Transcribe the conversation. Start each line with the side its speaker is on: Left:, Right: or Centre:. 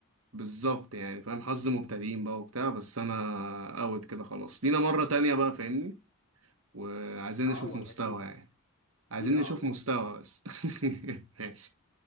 Right: بالظبط يعني فاهم حظ مبتدئين بقى وبتاع بس انا اوت كده خلاص لينا مرة تانية بقى فاهمني وعايزين
Left: أعوض
Right: نشوف مستوى
Left: أكيد
Right: يعني عايزين
Left: أكيد أعوض
Right: نشوف مستوى بس <laughs> ماشي